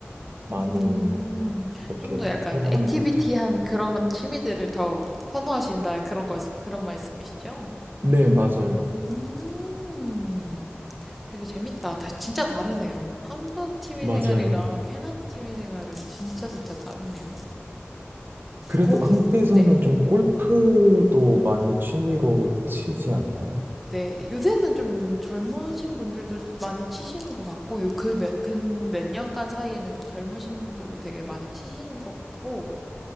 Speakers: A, on the right (about 50°); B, in the centre.
A: 많이
B: 음,
A: 그렇게
B: 좀 더 약간
A: 해당하는
B: 액티비티한
A: 것 같아요.
B: 그런 취미들을 더 선호하신다 그런 거 그런 말씀이시죠?
A: 네, 맞아요.
B: 음, 되게 재밌다. 다, 진짜 다르네요. 한국 취미
A: 맞아요.
B: 생활이랑 캐나다 취미 생활은 진짜 진짜 다르네요.
A: 그래도
B: 거기
A: 한국에서는
B: 네.
A: 좀 골프도 많이 취미로 치지 않나요?
B: 네, 요새는 좀 젊으신 분들도 많이 치시는 것 같고, 요 그 몇, 근 몇 년간 사이에는 젊으신 분들도 되게 많이 치시는 것 같고,